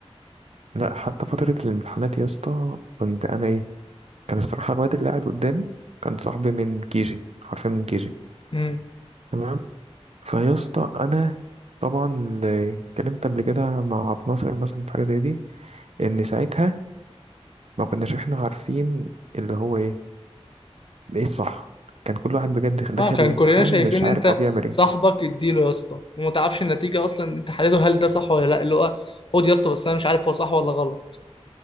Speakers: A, on the right; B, on the left.
A: لا حتى فترة الامتحانات يا اسطى كنت أنا إيه كان الصراحة الواد اللي قاعد قدامي كان صاحبي من كيجي حرفيا من كيجي
B: امم
A: تمام. فيا اسطى انا طبعا اللي اتكلمت قبل كده مع عبد الناصر مثلا في حاجه زي دي ان ساعتها ما كناش احنا عارفين اللي هو ايه ايه الصح كان كل واحد بجد داخل
B: اه كان
A: الامتحان
B: كلنا شايفين
A: مش عارف
B: ان انت
A: هو بيعمل ايه
B: صاحبك اديله يا اسطى وما تعرفش النتيجه اصلا انت حليته هل ده صح ولا لا اللي هو خد يا اسطى بس انا مش عارف هو صح ولا غلط